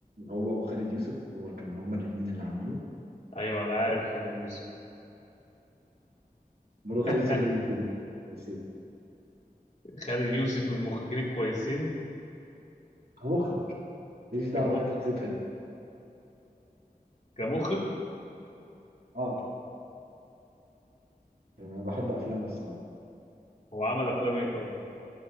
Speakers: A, on the right; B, on the left.
A: هو وخالد يوسف هو كان هما الاثنين اللي عاملينه
B: ايوه انا عارف خالد يوسف
A: برضه خالد
B: <laughs>
A: يوسف من المخرجين كويسين
B: خالد يوسف من المخرجين الكويسين
A: هو مخرج ماليش دعوه
B: كمخ
A: باي تفاصيل تانيه
B: كمخرج
A: اه يعني انا بحب افلامه الصراحه
B: هو عمل افلام ايه طيب